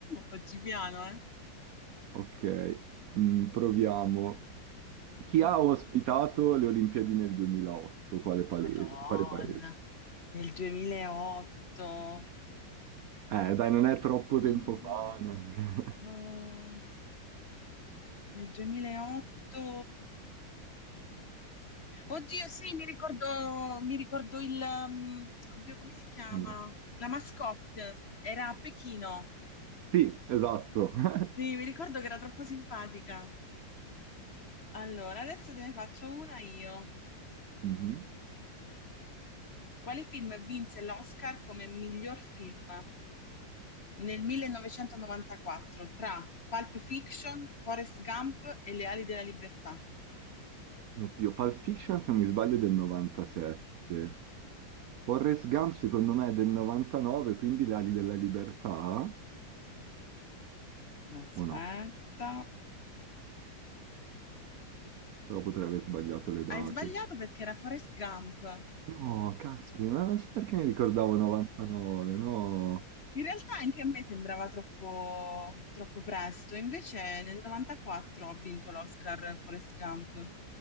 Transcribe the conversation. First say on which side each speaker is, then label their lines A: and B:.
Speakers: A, on the left; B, on the right.
A: facci piano, eh.
B: Ok, Mm, proviamo. Chi
A: Mm.
B: ha ospitato le Olimpiadi nel 2008? Quale palese-
A: Madonna,
B: Quale paese?
A: nel 2008.
B: Eh, dai, non è troppo
A: Ah,
B: tempo fa. neanche.
A: ah,
B: <laughs>
A: nel 2008. Oddio, sì, mi ricordo, mi ricordo il... um, oddio, come si chiama?
B: No.
A: La mascotte, era a Pechino.
B: Sì, esatto. <laughs>
A: Sì, mi ricordo che era troppo simpatica. Allora, adesso te ne faccio una io.
B: Mhm.
A: Quale film vinse l'Oscar come miglior film nel 1994 tra Pulp Fiction, Forrest Gump e Le ali della libertà?
B: Oddio, Pulp Fiction se non mi sbaglio è del 97. Forrest Gump secondo me è del 99, quindi le ali della libertà,
A: Aspetta.
B: o no? Però potrei aver sbagliato le date.
A: Hai sbagliato perché era Forrest Gump.
B: No, caspita, non so perché mi ricordavo 99, no.
A: In realtà anche a me sembrava troppo, troppo presto, invece nel 94 ha vinto l'Oscar Forrest Gump. <laughs>